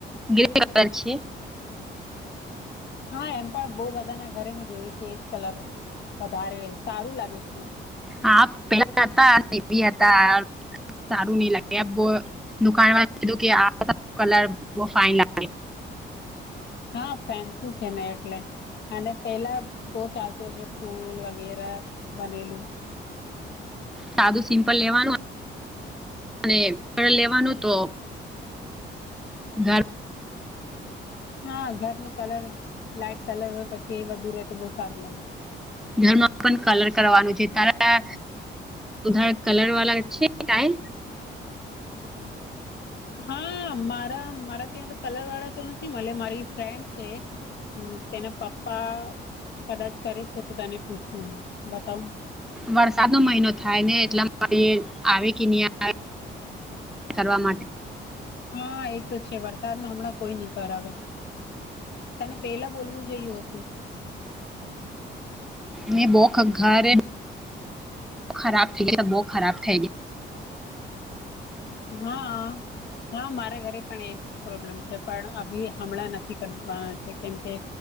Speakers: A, in the centre; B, on the left.
A: ગ્રે કલર છે.
B: હા એમ પણ બહ બધાના ઘરે મેં જોયું છે એજ કલર વધારે સારું લાગે છે.
A: હા પેલા હતા બી હતા. સારું નહી લાગે દુકાનવાળા કે આ કલર ફાઈન
B: હા ફેન્સી છે ને એટલે. અને પેલા બોવ ચાલતું છે ફૂલ વગેરે બનેલું
A: સાદું સિમ્પલ લેવાનું અને લેવાનું તો <inaudible>
B: હા ઘરનું કલર લાઈટ કલર હોય પછી એ બધું રહેે તો બહુ સારું લાગે.
A: ઘરમાં પણ કલર કરવાનું છે તારા ઉધર કલરવાળા છે કાઈ
B: હા મારા મારા ત્યાં તો કલરવાળા તો નથી મળ મારી ફ્રેન્ડ છે. હ તેના પપ્પા કદાચ કરે છે તો તને પૂછવું બતાવું
A: વરસાદનો મહિનો થાય ને એટલા આવે કે નહીં આવે. કરવા માટે
B: હા એ તો છે વરસાદમાં હમણાં કોઈ નય કરાવે. તને પહેલા બોલવું જોયું હતું.
A: મેં બોવ વધારે ખરાબ થઈ ગયા બો ખરાબ થઈ ગયા.
B: હા હા મારા ઘરે પણ એ જ પ્રોબ્લેમ છે પણ અભી હમણાં નથી કરવાના છે કેમ કે